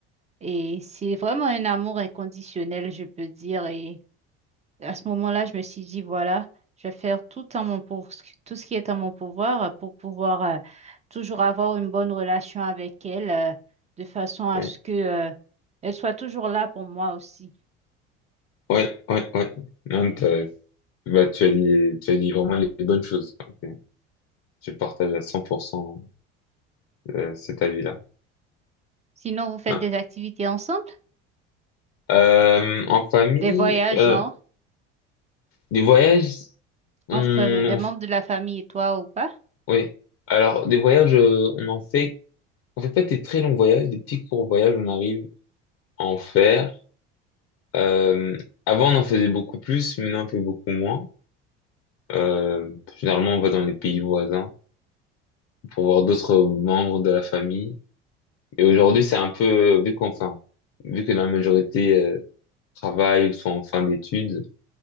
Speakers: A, on the right (about 20°); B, on the left (about 55°).
A: Et c'est vraiment un amour inconditionnel, je peux dire. Et à ce moment-là, je me suis dit, voilà, je vais faire tout en mon pour, tout ce qui est en mon pouvoir pour pouvoir euh, toujours avoir une bonne relation avec elle, euh, de façon à
B: Ouais,
A: ce que euh, elle soit toujours là pour moi aussi.
B: ouais, ouais, ouais. Non, t'as- bah, tu as dit, tu as dit vraiment les bonnes choses. Ok. Je partage à 100% euh, cet avis-là.
A: Sinon, vous faites
B: Ouais.
A: des activités ensemble,
B: Euh, en famille,
A: des voyages,
B: euh,
A: genre?
B: des voyages, on,
A: entre des
B: en
A: membres
B: f-
A: de la famille et toi ou pas.
B: ouais. Alors, des voyages, euh, on en fait, on fait pas des très longs voyages, des petits courts voyages, on arrive à en faire. Euh, avant, on en faisait beaucoup plus, maintenant, on fait beaucoup moins. Euh, généralement, on va dans les pays voisins pour voir d'autres membres de la famille. Et aujourd'hui, c'est un peu, vu qu'enfin, vu que la majorité euh, travaille ou sont en fin d'études,